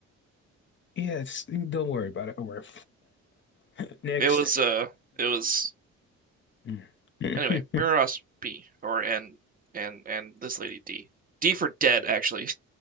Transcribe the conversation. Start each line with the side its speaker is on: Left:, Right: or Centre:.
Left: Yes, don't worry about it. Don't worry. <laughs> Next.
Right: It was uh, it was
Left: <laughs>
Right: anyway.
Left: <laughs>
Right: Miraros B or and and and this lady D. D for dead, actually.